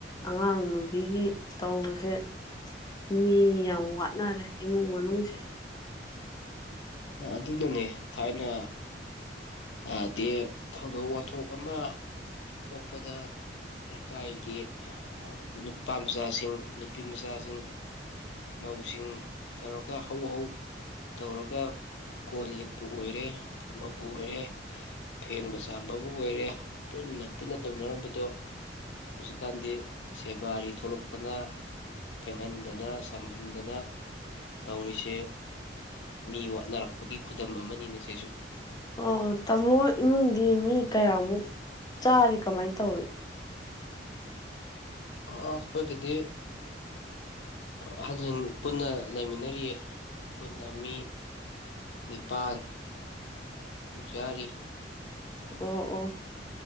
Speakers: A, on the left; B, on the left.
A: ꯑꯉꯥꯡ ꯅꯨꯨꯕꯤꯒꯤ ꯇꯧꯕꯁꯦ ꯃꯤ ꯌꯥꯝ ꯋꯥꯠꯅꯔꯦ ꯏꯃꯨꯡ ꯃꯅꯨꯡꯁꯦ
B: ꯑꯗꯨꯅꯅꯦ ꯊꯥꯏꯅ ꯑꯗꯤ ꯊꯧꯗꯣꯛ ꯋꯥꯊꯣꯛ ꯑꯃ ꯊꯣꯛꯄꯗ ꯂꯩꯀꯥꯏꯒꯤ ꯅꯨꯄꯥ ꯃꯆꯥꯁꯤꯡ ꯅꯨꯄꯤ ꯃꯆꯥꯁꯤꯡ ꯃꯧꯁꯤꯡ ꯇꯧꯔꯒ ꯍꯧ ꯍꯧ ꯇꯧꯔꯒ ꯀꯣꯟ ꯂꯤꯛꯄꯨ ꯑꯣꯏꯔꯦ ꯑꯃꯕꯨ ꯑꯣꯏꯔꯦ ꯐꯦꯡꯕ ꯆꯥꯝꯕꯕꯨ ꯑꯣꯏꯔꯦ ꯄꯨꯟꯅ ꯄꯨꯟꯅ ꯇꯧꯅꯔꯝꯕꯗꯣ ꯍꯧꯖꯤꯛꯀꯥꯟꯗꯤ ꯁꯦꯕꯥꯔꯤ ꯊꯣꯛꯂꯛꯇꯅ ꯐꯦꯡꯍꯟꯗꯅ ꯁꯝꯍꯟꯗꯅ ꯇꯧꯔꯤꯁꯦ ꯃꯤ ꯋꯥꯠꯅꯔꯛꯄꯒꯤ ꯈꯨꯗꯝ ꯑꯃꯅꯤꯅꯦ ꯁꯤꯁꯨ
A: ꯑꯣ ꯇꯥꯃꯣ ꯏꯃꯨꯡꯗꯤ ꯃꯤ ꯀꯌꯥꯃꯨꯛ ꯆꯥꯔꯤ ꯀꯃꯥꯏꯅ ꯇꯧꯔꯤ
B: ꯑ ꯑꯩꯈꯣꯏꯒꯤꯗꯤ ꯑꯍꯟꯁꯤꯡ ꯄꯨꯟꯅ ꯂꯩꯃꯤꯟꯅꯔꯤꯌꯦ ꯄꯨꯟꯅ ꯃꯤ ꯅꯤꯄꯥꯥꯟ ꯃꯨꯛ ꯆꯔꯤ
A: ꯑꯣ ꯑꯣ